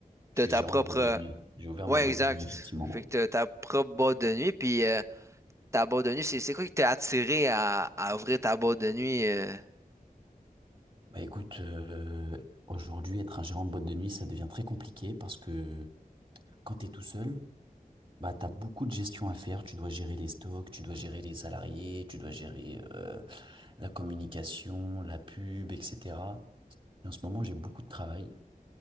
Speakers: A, on the right; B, on the right.
A: t'as
B: Je suis
A: ta
B: gérant
A: propre.
B: de boîte de nuit. J'ai ouvert
A: Ouais,
B: ma boîte
A: exact.
B: de nuit effectivement.
A: Fait que t'as ta propre boîte de nuit, puis. euh, Ta boîte de nuit, c'est c'est quoi qui t'a attiré à, à ouvrir ta boîte de nuit? euh?
B: Bah écoute, euh, aujourd'hui, être un gérant de boîte de nuit, ça devient très compliqué parce que quand tu es tout seul. Bah, t'as beaucoup de gestion à faire. Tu dois gérer les stocks, tu dois gérer les salariés, tu dois gérer euh, la communication, la pub, etc. Et en ce moment, j'ai beaucoup de travail.